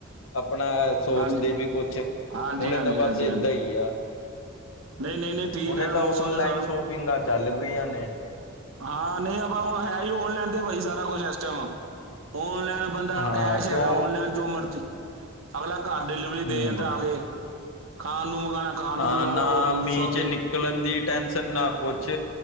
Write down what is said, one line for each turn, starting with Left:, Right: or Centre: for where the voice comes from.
Left: ਆਪਣਾ ਸੋਚਦੇ
Right: ਹਾਂਜੀ
Left: ਵੀ ਕੁਛ
Right: ਹਾਂਜੀ
Left: ਹੁਣੇ
Right: ਹਾਂਜੀ
Left: ਤਾਂ ਬਸ
Right: ਹਾਂਜੀ
Left: ਏਦਾਂ
Right: ਹਾਂਜੀ
Left: ਹੀ ਆ।
Right: ਨਹੀਂ ਨਹੀਂ ਨਹੀਂ। ਠੀਕ
Left: ਹੁਣੇ
Right: ਹੈ ਮੌਸਮ
Left: ਤਾਂ ਓਨਲਾਈਨ
Right: ਦੇ ਸਾਨੂੰ
Left: ਸ਼ੋਪਿੰਗਾਂ ਚੱਲ ਗਈਆਂ ਨੇ।
Right: ਹਾਂ ਨਹੀਂ ਆਪਾਂ ਹੁਣ ਹੈ ਹੀ ਔਨਲਾਈਨ ਤੇ ਬਈ ਸਾਰਾ ਕੁਛ ਇਸ ਟਾਈਮ ਔਨਲਾਈਨ। ਬੰਦਾ
Left: ਹਾਂ
Right: ਕੈਸ਼
Left: ਕਿਉਂ
Right: ਹੈਗਾ ਔਨਲਾਈਨ ਜੋ ਮਰਜ਼ੀ ਅਗਲਾ ਘਰ ਡਿਲੀਵਰੀ
Left: ਹੂੰ
Right: ਦੇ ਜਾਂਦਾ ਆ ਕੇ ਖਾਣ ਨੂੰ ਮੰਗਉਣਾ ਖਾਣ
Left: ਹਾਂ
Right: ਨੂੰ ਮੰਗਵਾ
Left: ਨਾ
Right: ਲਓ
Left: ਮੀਂਹ
Right: ਸ਼ੋਪਿੰਗ
Left: ਚ ਨਿਕਲਣ ਦੀ ਟੈਸ਼ਨ ਨਾ ਕੁਛ